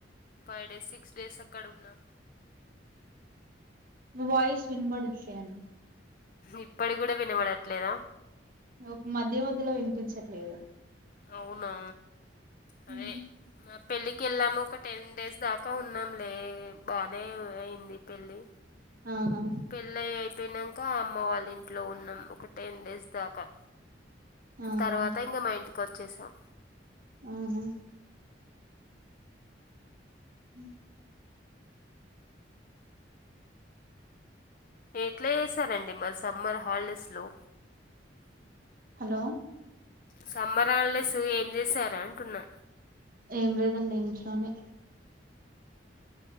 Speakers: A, on the left (about 50°); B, on the right (about 50°).
A: ఫైవ్ డేస్ సిక్స్ డేస్ అక్కడ ఉన్నా
B: వాయిస్ వినపడట్లేన్
A: ఇప్పడు కూడా వినబడట్లేదా
B: ఒక మధ్య మధ్యలో వినిపించట్లేదు
A: అవునా అదే
B: హు
A: మా పెళ్ళికి వెళ్ళాము ఒక టెన్ డేస్ దాకా ఉన్నాంలే బానే అయింది పెళ్ళి
B: అవునా
A: పెళ్ళయి అయిపోయినం అమ్మ వాళ్ళ ఇంట్లో ఉన్నాం ఒక టెన్ డేస్ దాకా
B: అవునా
A: తర్వాత ఇంకా మా ఇంటి కొచ్చేసాం
B: ఆవునా హ
A: ఎట్లా చేసారండి మరి సమ్మర్ హాలిడేస్ లో
B: హలో
A: సమ్మర్ హాలిడేస్ ఏం చేసార అంటున్నా
B: ఏం లేదండి ఇంట్లోనే